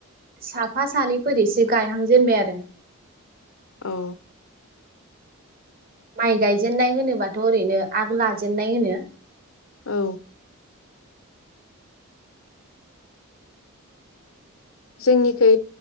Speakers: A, on the right (about 40°); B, on the left (about 70°).
A: साफा सानैफोर एसे गायहांजेनबाय आरो।
B: औ।
A: माइ गायजेननाय होनोबाथ' ओरैनो आग लाजेननाय होनो।
B: औ। जोंनि। खै